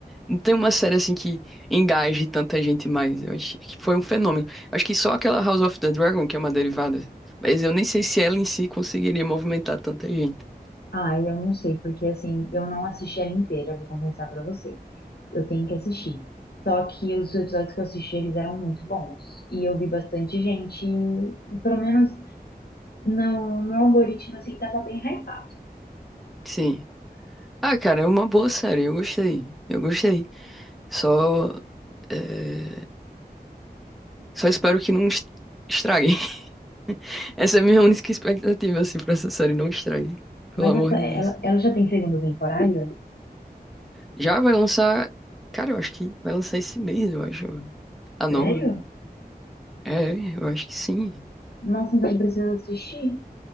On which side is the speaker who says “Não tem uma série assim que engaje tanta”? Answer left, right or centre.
Centre